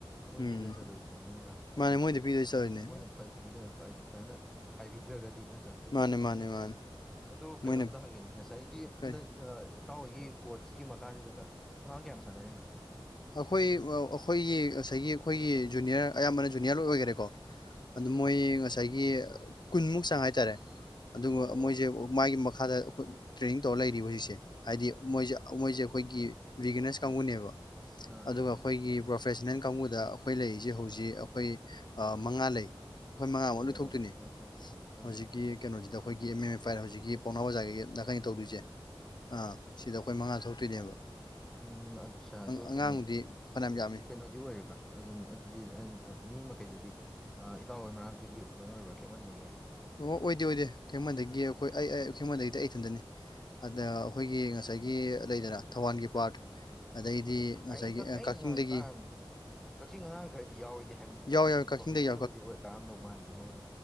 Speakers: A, in the centre; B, on the left.
A: ꯃꯣꯏ
B: ꯎꯝ
A: ꯄꯤꯗ꯭ꯔꯥ ꯆꯠꯂꯣꯏꯗ꯭ꯔꯦꯅꯤ ꯅꯠꯇ‍꯭ꯔꯥ ꯐꯖꯅ
B: ꯃꯥꯅꯦ ꯃꯣꯏꯗ ꯄꯤꯗꯣꯏ ꯆꯠꯂꯤꯅꯦ
A: ꯃꯔꯛ ꯃꯣꯏꯅ ꯃꯤꯗꯅ ꯍꯥꯏꯗꯤ ꯐꯖꯅ ꯈꯥꯏꯕꯤꯗ꯭ꯔꯒꯗꯤ ꯅꯠꯇ꯭ꯔꯥ
B: ꯃꯥꯅꯦ ꯃꯥꯅꯦ ꯃꯥꯅꯦ
A: ꯑꯗꯨ
B: ꯃꯣꯏꯅ
A: ꯀꯩꯅꯣꯝꯇ ꯍꯪꯒꯦꯅꯤ ꯉꯁꯥꯏꯒꯤ
B: ꯀꯩ
A: ꯅꯪ ꯏꯇꯥꯎ ꯍꯣꯏꯒꯤ ꯀꯣꯆꯀꯤ ꯃꯈꯥꯁꯤꯗꯅ ꯑꯉꯥꯡ ꯀꯌꯥꯝ ꯁꯥꯟꯅꯔꯤꯅꯣ
B: ꯑꯩꯈꯣꯏ ꯑꯩꯈꯣꯏꯒꯤ ꯉꯁꯥꯏꯒꯤ ꯑꯩꯈꯣꯏꯒꯤ ꯖꯨꯅꯤꯌꯔ ꯑꯌꯥꯝꯕꯅ ꯖꯨꯅꯤꯌꯔ ꯂꯣꯏ ꯑꯣꯏꯈꯔꯦꯀꯣ
A: ꯎꯝ
B: ꯑꯗꯨ ꯃꯣꯏ ꯉꯁꯥꯏꯒꯤ ꯀꯨꯟꯃꯨꯛ ꯆꯥꯡ ꯍꯥꯏꯇꯥꯔꯦ ꯑꯗꯨꯒ
A: ꯑꯣ
B: ꯃꯣꯏꯁꯦ ꯃꯥꯒꯤ ꯃꯈꯥꯗꯣꯏ ꯇ꯭ꯔꯦꯅꯤꯡ ꯇꯧꯔ ꯂꯩꯔꯤꯕ ꯍꯧꯖꯤꯛꯁꯦ ꯍꯥꯏꯗꯤ
A: ꯑꯣꯀꯦ
B: ꯃꯣꯏꯁꯦ ꯃꯣꯏꯁꯦ ꯑꯩꯈꯣꯏꯒꯤ ꯂꯤꯒꯅꯁ ꯀꯥꯡꯕꯨꯅꯦꯕ
A: ꯑꯥ ꯑꯥ
B: ꯑꯗꯨꯒ
A: ꯑꯥ
B: ꯑꯩꯈꯣꯏꯒꯤ ꯄ꯭ꯔꯣꯐꯦꯁꯟꯅꯜ ꯀꯥꯡꯕꯨꯗ ꯑꯩꯈꯣꯏ ꯂꯩꯔꯤꯁꯦ ꯍꯧꯖꯤꯛ ꯑꯩꯈꯣꯏ ꯃꯉꯥ ꯂꯩ ꯑꯩꯈꯣꯏ ꯃꯉꯥꯃꯨꯛ
A: ꯑꯣ
B: ꯂꯣꯏꯊꯣꯛꯇꯣꯏꯅꯦ
A: ꯑꯣꯀꯦ ꯑꯣꯀꯦ ꯑꯣꯀꯦ ꯑꯥ
B: ꯍꯧꯖꯤꯛꯀꯤ ꯀꯩꯅꯣꯁꯤꯗ ꯑꯩꯈꯣꯏꯒꯤ ꯑꯦꯝ ꯑꯦꯝ ꯑꯦ ꯐꯥꯏ꯭ꯠ ꯍꯧꯖꯤꯛꯀꯤ ꯄꯥꯎꯅꯥ ꯕꯖꯥꯔꯒꯤ ꯅꯥꯀꯟꯒꯤ ꯇꯧꯗꯣꯏꯁꯦ ꯑꯥ ꯁꯤꯗ ꯑꯩꯈꯣꯏ ꯃꯉꯥ ꯊꯣꯛꯇꯣꯏꯅꯦꯕ
A: ꯎꯝ ꯑꯠꯆꯥ ꯑꯗꯨꯒ
B: ꯑꯉꯥꯡꯕꯨꯗꯤ
A: ꯀꯩꯅꯣ
B: ꯐꯅꯌꯥꯝ ꯌꯥꯝꯃꯤ
A: ꯀꯩꯅꯣꯗꯤ ꯑꯣꯏ ꯑꯗꯨꯝ ꯑꯗꯨꯗꯤ ꯃꯤ ꯃꯈꯩꯗꯨꯗꯤ ꯏꯇꯥꯎ ꯍꯣꯏ ꯃꯅꯥꯛꯇꯒꯤ ꯂꯣꯏꯅ ꯑꯣꯏꯕ꯭ꯔꯥ ꯈꯦꯛꯃꯟꯗꯒꯤ
B: ꯑꯣ ꯑꯣꯏꯗꯦ ꯑꯣꯏꯗꯦ ꯈꯦꯡꯃꯟꯗꯒꯤ ꯑꯩꯈꯣꯏ ꯑꯩ ꯈꯦꯡꯃꯟꯗꯒꯤꯗꯤ ꯑꯩ ꯏꯊꯟꯗꯅꯤ ꯑꯗ
A: ꯑꯣꯀꯦ
B: ꯑꯩꯈꯣꯏꯒꯤ ꯉꯁꯥꯏ ꯉꯁꯥꯏꯒꯤ ꯂꯩꯗꯅ ꯊꯧꯕꯥꯜꯒꯤ ꯄꯥꯔꯠ
A: ꯎ <inaudible>
B: ꯑꯗꯩꯗꯤ
A: ꯍꯧꯖꯤꯛ
B: ꯉꯁꯥꯏꯒꯤ
A: ꯑꯩ
B: ꯀꯛꯆꯤꯡꯗꯒꯤ
A: ꯅꯍꯥꯟ ꯇꯥꯒꯥꯟꯗ ꯀꯛꯆꯤꯡ ꯑꯉꯥꯡ ꯈꯔꯗꯤ ꯌꯥꯎꯔꯣꯏꯗꯦ ꯍꯥꯏꯕꯕꯨꯗꯤ
B: ꯌꯥꯎꯋꯦ
A: ꯇꯧꯕꯅꯤꯅꯦ
B: ꯌꯥꯎꯋꯦ ꯀꯛꯆꯤꯡꯗꯒꯤ
A: ꯄ꯭ꯔꯣꯐꯦꯁꯅꯦꯜꯕꯨꯗꯤ ꯑꯣꯏꯔ ꯀꯔꯝꯗꯧ ꯃꯥꯟꯗ꯭ꯔꯤ ꯃꯣꯏꯗꯣ